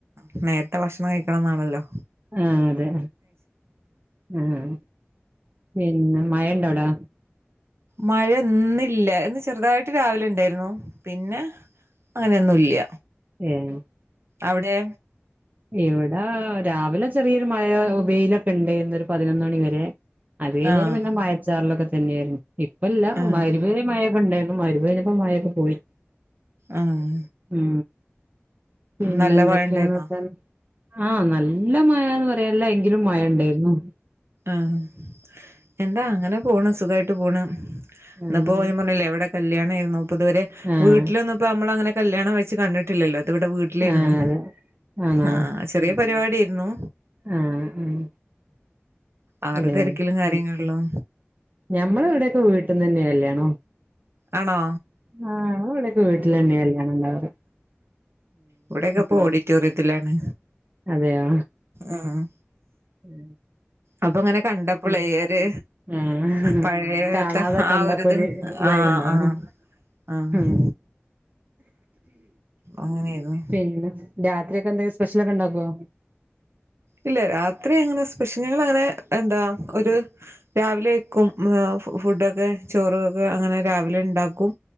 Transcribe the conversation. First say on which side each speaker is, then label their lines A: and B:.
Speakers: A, on the right; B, on the right.
A: ഉം നേർത്തെ ഭക്ഷണം കഴിക്കണംന്നാണല്ലോ
B: ആഹ് അതെ ആഹ് പിന്നെ മഴണ്ടവ്ടെ?
A: മഴന്നില്ല ഇന്ന് ചെർതായിട്ട് രാവിലെ ഇണ്ടായ്ർന്നു പിന്നെ അങ്ങനെന്നും ഇല്ല
B: ഏനു
A: അവിടെ?
B: ഇവടാ രാവിലെ ചെറിയൊരു മഴ വെയിലൊക്കെണ്ടേർന്നു ഒരു പതിനൊന്നണി വരെ. അത് കഴിഞ്ഞേരം
A: ആഹ്
B: പിന്നെ മയച്ചാറലൊക്കെ തന്നേര്ന്നു ഇപ്പല്ല
A: ആഹ്
B: മ ഹ് റിബിവരെ മഴൊക്കെണ്ടേര്ന്നു. മഹ് രിബ്കഴിഞ്ഞപ്പോ മഴൊക്കെ പോയി
A: ആഹ്
B: ഉം പിന്നെ
A: നല്ല
B: എന്തൊക്കെയാണർത്താനം.
A: മഴ ഉണ്ടായിരുന്നോ
B: ആഹ് നല്ല മയാന്ന് പറയാല്ല എങ്കിലും മഴണ്ടേര്ന്നു.
A: ആഹ് എന്താ അങ്ങനെ പോണ് സുഖായിട്ട് പോണ്
B: ആഹ്
A: ന്ന്പ്പോ ഞാപർഞ്ഞിലെ വടെ കല്ല്യാണേന്നു പ്പതുവരെ
B: ആഹ്
A: വീട്ടിലൊന്നും ഇപ്പോ അമ്മള അങ്ങനെ കല്ല്യാണം വെച്ച് കണ്ടിട്ടില്ലല്ലോ ഇത് ഇവടെ വീ ട്ടിലേര്ന്നു
B: ആഹ് അതെ ആണോ
A: ആഹ് ചെറിയ പരിപാടിയേര്ന്നു.
B: ആഹ് ആഹ്
A: ആഹ് ഒര്
B: ഏഹ്
A: തെർക്കിലും കാര്യങ്ങള്ലും
B: ഞമ്മളെ ഇവടെക്കെ വീട്ട്ന്നന്നേ കല്ല്യാണം.
A: ആണോ?
B: ആഹ് ഞമ്മളെ ഇവടെക്കെ വീട്ടിലന്നെ കല്ല്യാണംണ്ടാവാറ്.
A: ഇവിടെയൊക്കെ ഇപ്പൊ ഓഡിറ്റോറിയത്തിലാണ്
B: അതെയോ
A: ആഹ് ആഹ്
B: ഉം
A: അപ്പങ്ങനെ കണ്ടപ്പളേ എര്
B: ആഹ്
A: പഴയത്തെ
B: കാണാതെ
A: ആ
B: കണ്ടപ്പോ
A: ഒരു ഇത്
B: ഇതായി
A: ആഹ്
B: ഇണ്ടാവും
A: ആഹ് ആഹ്
B: ഉം
A: അങ്ങനെയായിരുന്നു
B: പിന്നെ രാത്രിയൊക്കെ എന്തേലും സ്പെഷലൊക്കെണ്ടാക്കോ?
A: ഇല്ല രാത്രി അങ്ങനെ സ്പെഷ്യൽ ഞങ്ങള അങ്ങനെ എന്താ ഒരു രാവിലെ വെക്കും ഫു ഫുഡൊക്കെ ചോറൊക്കെ അങ്ങനെ രാവിലെ ഇണ്ടാക്കും.